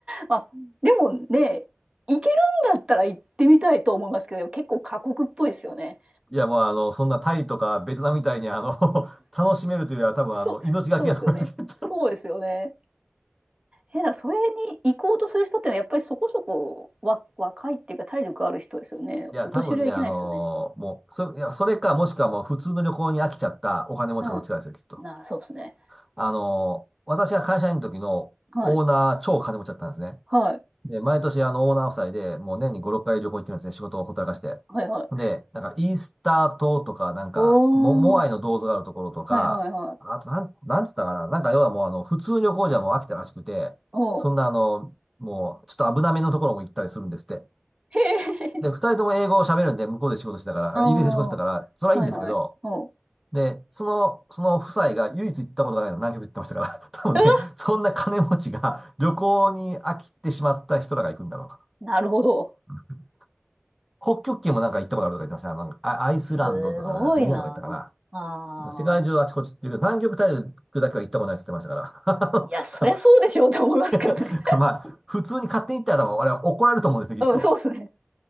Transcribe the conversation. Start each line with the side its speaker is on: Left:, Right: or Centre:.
Right: まあ、でもね、行けるんだったら行ってみたいと思いますけど、結構過酷っぽいですよね。
Centre: いや、もう、あの、そんなタイとかベトナムみたいに、あの、<laughs> 楽しめるというよりは、多分、
Right: そう、
Centre: あの、命がけやと思いますけど。
Right: そうですよね。そうですよね。えだから、それに行こうとする人ってのは、やっぱりそこそこわ若いっていうか、体力ある人ですよね。
Centre: <laughs> いや、
Right: お年寄りはいけないですよね。
Centre: 多分ね、あの、もう、そ、いや、それか、もしくはもう、普通の旅行に飽きちゃったお金持ちかどっちかですよ、
Right: うん。
Centre: きっと。
Right: なあ、そうですね。
Centre: あの、私が会社員の時のオーナー、
Right: はい。
Centre: 超金持ちだったんですね。
Right: はい。
Centre: で、毎年あのオーナー夫妻で、もう年に5、6回旅行行ってるんですね。仕事をほったらかして。
Right: はいはい。
Centre: で、なんかイースター島とか、なんか、
Right: おー。
Centre: モ、モアイの銅像があるところとか、
Right: はいはいはい。
Centre: あとなん、なんつったかな。なんか要はもうあの、普通旅行じゃもう飽きたらしくて、
Right: おー。
Centre: そんなあの、もうちょっと危なめのところも行ったりするんですって。
Right: へえ。
Centre: で、二人とも英語を喋るんで、向こうで仕事してたから、
Right: ああ。
Centre: あイギリスで仕事してたから、
Right: はいはい。
Centre: それはいいんですけど、
Right: おう。
Centre: で、その、その夫妻が唯一行ったことがないの、南極行ってましたから、<laughs> 多分ね、
Right: うわ
Centre: そんな金持ちが旅行に飽きてしまった人らが行くんだろうか
Right: なるほど。
Centre: と。北極圏もなんか行ったことあるとか言ってましたね。なんかあアイスランドとか、
Right: すごいな。
Centre: なんかグリーンランドとか言っ
Right: あ
Centre: たかな。世界中あちこちっていうけど、
Right: あ。
Centre: 南極大陸だけは行ったことないって言ってましたから。
Right: いや、
Centre: <laughs>
Right: そりゃそうでしょうって思いますけどね。
Centre: 多分 <laughs> まあ、普通に勝手に行ったら多分、あれは怒られると思うんですねきっと。
Right: <laughs> うん、そうですね。